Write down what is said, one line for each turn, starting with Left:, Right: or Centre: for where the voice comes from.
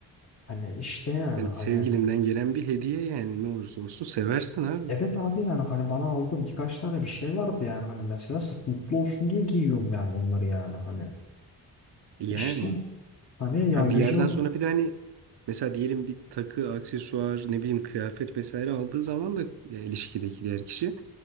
Left: Hani işte yani
Right: Hani
Left: hani
Right: sevgilinden gelen bir hediye yani ne olursa olsun seversin abi.
Left: evet abi yani hani bana aldığım birkaç tane bir şey vardı yani hani mesela sırf mutlu olsun diye giyiyorum yani onları yani hani
Right: Yani.
Left: işte hani ya
Right: Ha
Left: yüzüme
Right: bir yerden sonra bir de hani mesela diyelim bir takı, aksesuar, ne bileyim kıyafet vesaire aldığı zaman da ya, ilişkideki diğer kişi